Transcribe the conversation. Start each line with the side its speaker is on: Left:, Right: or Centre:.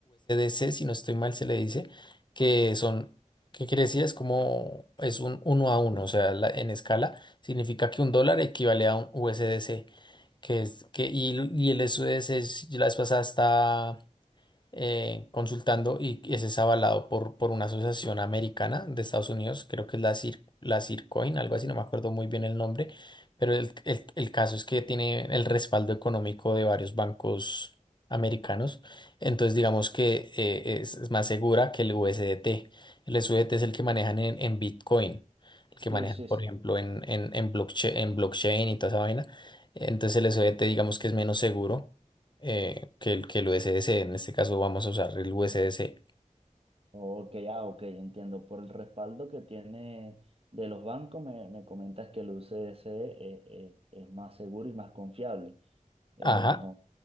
Left: C si no estoy mal se le dice, que son, ¿qué quiere decir? Es como, es un uno a uno, o sea, la- en escala, significa que un dólar equivale a un U S D C que es, que, y, y el U S D C la vez pasada eh, consultando y ese es avalado por, por una asociación americana de Estados Unidos, creo que es la Cir, la Circoin, algo así, no me acuerdo muy bien el nombre, pero el, el- el caso es que tiene el respaldo económico de varios bancos americanos, entonces digamos que eh, es, es más segura que el USDT. El USDT es el que manejan en, en Bitcoin. el que manejan,
Right: Sí, sí,
Left: por
Right: sí.
Left: ejemplo, en, en, en blockchain, en blockchain y toda esa vaina. Entonces el USDT digamos que es menos seguro eh, que, el, que el USDC, en este caso vamos a usar el USDC.
Right: Ok, ah, ok, entiendo. Por el respaldo que tiene de los bancos, me, me comentas que el UCS eh, eh, es más seguro y más confiable. Eh,
Left: Ajá,
Right: no,